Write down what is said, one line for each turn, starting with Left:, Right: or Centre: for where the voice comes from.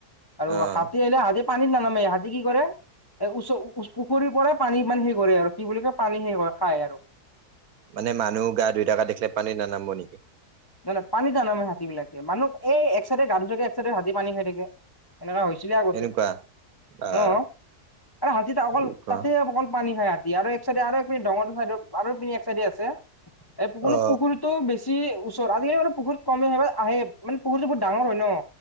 Left: আৰু
Right: অ'
Left: হাতী আহিলে হাতী পানীত নানামে ই হাতী কি কৰে এ ওচ পুখুৰীৰ পৰাই পানী পানী সে কৰে আৰু কি বুলি কয় পানী সে কৰে খায় আৰু
Right: মানে মানুহ গা ধুই থকা দেখিলে পানী নানামিব নেকি
Left: নয় পানী জান নমে হাতী বিলাকে মানুহ এই এক চাইডে গা ধুই থাকে এক চাইডে হাতী পানী খাই থাকে। এনেকা হৈছিলে আগতে
Right: এনেকুৱা আহ
Left: অ আৰে হাতীত অকল
Right: কি কোৱা
Left: তাতে অকল পানী খাই আ আৰু এক চাইডে আৰু পিঙৰটো চাইডৰ আৰু পি এক চাইডে আছে এই কোনো
Right: অ
Left: পুখুৰীটো‌ বেছি ওচৰ আজিকালি মানে পুখুৰীত কম আহ আহে মানে পুখুৰীটো বহু ডাঙৰ হয় ন